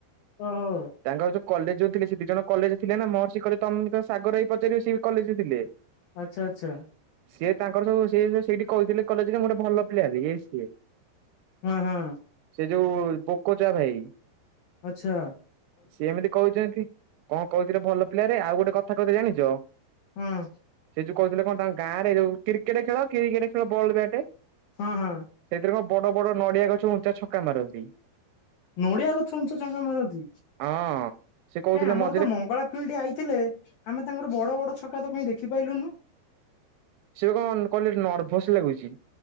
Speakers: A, on the left; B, on the right.
A: ଓହୋ
B: ତାଙ୍କର ଯୋଉ କଲେଜ ଯଉ ଥିଲେ ସେ ଦି ଜଣ କଲେଜ ଥିଲେ ନା ମରସି କଲେ ତମେ ବିତ ସାଗର ହାଇ ପାଚାରିବ ସେବି କଲେଜରେ ଥିଲେ।
A: ଆଛା ଆଛା।
B: ସିଏ ତାଙ୍କର ସବୁ ସେ ସେଇଠି କହିଥିଲେ କଲେଜରେ ମୁଁ ଗୋଟେ ଭଲ ପ୍ଲେୟାର ଇଏ ସିଏ।
A: ମୋଏ ହଁ।
B: ସେ ଯୋଉ ପୋକଚା ଭାଇ
A: ଆଛା।
B: ସିଏ ଏମିତି କହୁଚନ୍ତି କଁ କହିଥିଲେ ଭଲ ପ୍ଲେୟାର ଆଉ ଗୋଟେ କଥା କଦି ଜାଣିଚ?
A: ହୁଁ
B: ସେ ଯୋଉ କୋହୁଥିଲେ କଣ ତାଙ୍କ ଗାଁ ରେ ଯୋଉ କ୍ରିକେଟ୍ ଖେଳ କି କେଟ ଖେଳ ବଲ ବ୍ୟାଟ୍
A: ହଁ ହଁ।
B: ସେଥିରେ କଁ ବଡ଼ ବଡ଼ ନଡ଼ିଆ ଗଛ ଉଁଚା ଛକା ମାରନ୍ତି।
A: ନଡ଼ିଆ ଗଛ ଉଞ୍ଚା ଛକା ମାରନ୍ତି
B: ହଁ ସେ କହୁଥିଲେ
A: କାଇଁ ଆମର
B: ମଝିରେ
A: ତ ମଙ୍ଗଳା ହୁଲ୍ ଟି ଆଇଥିଲେ ଆମେ ତାଙ୍କର ବଡ଼ ବଡ଼ ଛକା ତ କାଇଁ ଦେଖିପାଇଲୁନୁ?
B: ସେ କ କଲେ ନର୍ଭସ ଲାଗୁଚି।